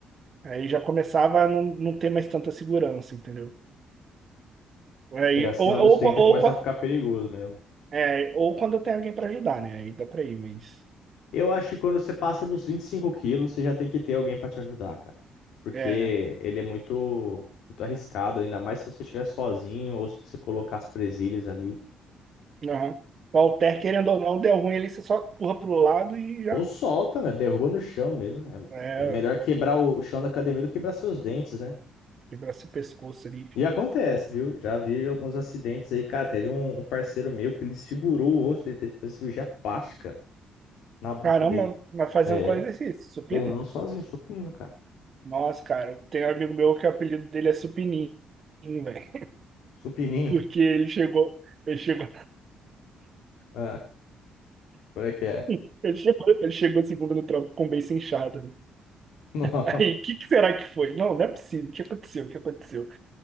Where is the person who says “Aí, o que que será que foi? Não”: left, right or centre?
Right